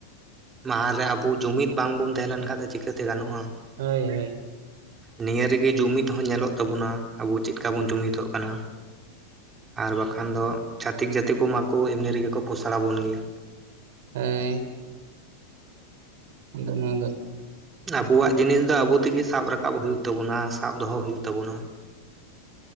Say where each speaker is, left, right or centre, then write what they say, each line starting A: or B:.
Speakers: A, on the right; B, on the right.
A: ᱢᱟᱦᱟ ᱨᱮ ᱟᱵᱚ ᱡᱩᱢᱤᱫᱽ ᱵᱟᱝ ᱵᱚᱱ ᱛᱟᱦᱮᱸ ᱞᱮᱱᱠᱷᱟᱡ ᱫᱚ ᱪᱤᱠᱟᱹᱛᱮ ᱜᱟᱱᱚᱜᱼᱟ?
B: ᱦᱳᱭ ᱦᱳᱭ
A: ᱱᱤᱭᱟᱹ ᱨᱮᱜᱮ ᱡᱩᱢᱤᱫᱽ ᱦᱚᱸ ᱧᱮᱞᱚᱜ ᱛᱟᱵᱚᱱᱟ ᱟᱵᱚ ᱪᱮᱫᱠᱟ ᱵᱚᱱ ᱡᱩᱢᱤᱫᱚᱜ ᱠᱟᱱᱟ ᱾ ᱟᱨ ᱵᱟᱠᱷᱟᱱ ᱫᱚ ᱪᱷᱟᱹᱛᱤᱠ ᱡᱟᱹᱛᱤ ᱠᱚᱢᱟ ᱠᱚ ᱮᱢᱱᱤ ᱨᱮᱜᱮ ᱠᱚ ᱯᱚᱥᱟᱲᱟ ᱵᱚᱱ ᱜᱮᱭᱟ ᱾
B: ᱦᱮᱸ ᱾ ᱟᱱᱰᱮᱱᱟ ᱫᱚ
A: ᱟᱵᱳᱭᱟᱜ ᱡᱤᱱᱤᱥ ᱫᱚ ᱟᱵᱚ ᱛᱮᱜᱮ ᱥᱟᱵ ᱨᱟᱠᱟᱵᱽ ᱦᱩᱭᱩᱜ ᱛᱟᱵᱩᱱᱟ ᱥᱟᱵ ᱫᱚᱦᱚ ᱦᱩᱭᱩᱜ ᱛᱟᱵᱩᱱᱟ ᱾